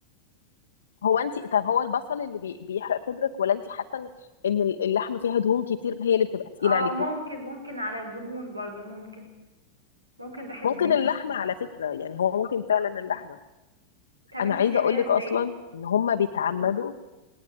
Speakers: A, on the left; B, on the right.
A: هو انت طب هو البصل اللي بي... بيحرق صدرك ولا انت حاسه ان إن اللحمه فيها دهون كتير هي اللي بتبقى تقيله
B: اه
A: عليكي
B: ممكن ممكن على الدهون برضو ممكن ممكن بحس
A: ممكن
B: فيه
A: اللحمه على فكره يعني هو ممكن فعلا اللحمه
B: طب
A: انا
B: انتي
A: عايزه
B: بتعمليها
A: اقول لك
B: ازاي
A: اصلا ان هم بيتعمدوا